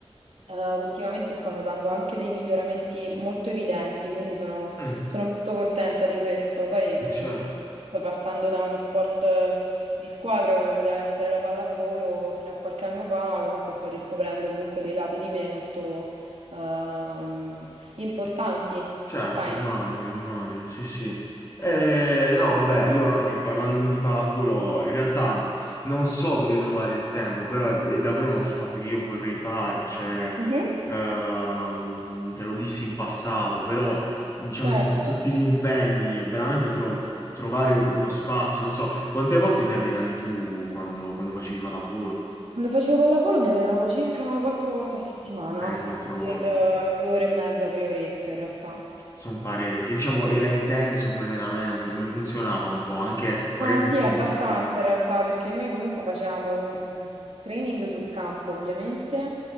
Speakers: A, on the right; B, on the left.
A: eh, ultimamente sto notando anche dei miglioramenti molto evidenti, quindi sono,
B: Mm,
A: sono molto contenta di questo. Poi, mh,
B: certo.
A: poi passando da uno sport eh, di squadra come poteva essere la pallavolo fino a qualche anno fa, comunque sto riscoprendo comunque dei lati di me molto ehm, importanti,
B: Certo,
A: sai?
B: immagino, immagino, sì, sì. Eh, no, vabbè, io anche parlandomi di pallavolo, in realtà non so dove trovare il tempo, però è, è davvero uno sport che io vorrei fare, cioè,
A: Mhm.
B: ehm, te lo dissi in passato, però diciamo
A: Certo,
B: con tutti gli impegni è veramente tro- trovare uno spazio, non so, quante volte ti allenavi tu quando, quando facevi pallavolo?
A: quando facevo pallavolo mi allenavo circa quattro volte a settimana,
B: Eh, quattro volte.
A: per eh, due ore e mezza, tre orette in realtà.
B: Sono parecchie. Diciamo, era intenso come allenamento, come funzionava un po', anche magari
A: Ah, sì,
B: con consigli.
A: abbastanza in realtà, perché noi comunque facevamo un un training sul campo, ovviamente,